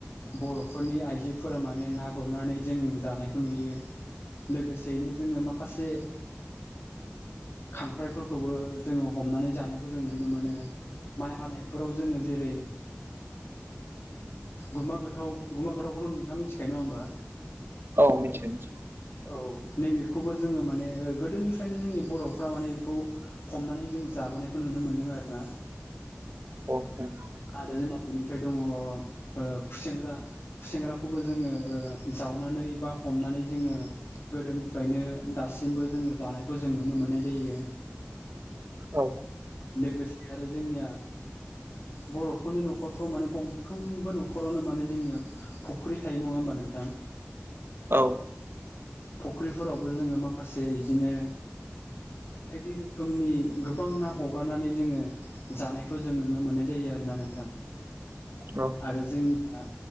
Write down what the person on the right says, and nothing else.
औ मिथिखायो
औ नंगौ
औ औ
औ
औ